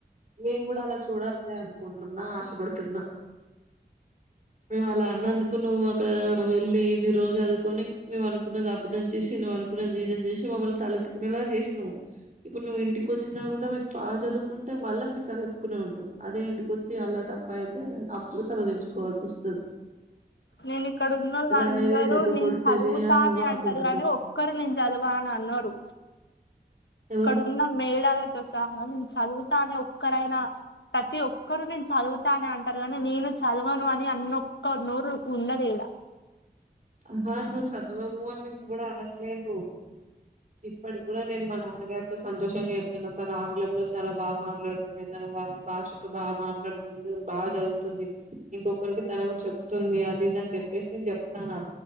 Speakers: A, on the right; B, on the left.
A: నేను కూడా అలా చూడాలని అనుకుంటున్నా ఆశపడుతున్నా మేము అలా అన్నందుకు నువ్వు అక్కడ వెళ్ళలి ఇన్ని రోజు చదుకొని మేము అనుకున్నది ఉం చేసి నువ్ అనుకునే చేసి మమ్మల్ని తలెత్టుకునేలా చేసినావు ఇప్పుడు నువ్వు ఇంటికి వచ్చినా కూడా మీకు బా చదువుకు అంటే మళ్ళా మేము తలెత్తుకునే ఉంటాం అదే ఇంటికొచ్చి అల్లాటప్ప అయితే అప్పుడు తరదించుకోవాల్సి వస్తుంది
B: నేను ఇక్కడ ఉన్నళ్ళు అందరూ
A: అనేది దెప్పి
B: నేను
A: పొడిచేది
B: చదువుతానే
A: అని నువ్వు అనుకుంటున్నావు
B: అంటారు కాగాని ఒక్కరు నేను చదవా అని అన్నారు
A: ఎవరు
B: అక్కడున్న మేడాలతో సహా నేను చదువుతానే ఒక్కరైనా ప్రతి ఒక్కరుూ నేను చదువుతానే అంటారు కాగానీ నేను చదవను అని అన్నొక్క నోరు ఉండదు ఇవిడ
A: ఆహ నువ్ చదువబుని ని కూడా అనట్లేదు ఇప్పటి కూడా నేను మా నాన్నగారితో సంతోషంగా చెప్తున్నా తన ఆంగ్ల లో చాలా బాగా మాట్లాడుతుంది తన వాారిళ భాష బాగా మాట్లాడుతుంది బాగా చదువుతుంది ఇంకొకరికి తన చెప్తుంది అదిదిని చెప్పేసి నేను చెప్తానా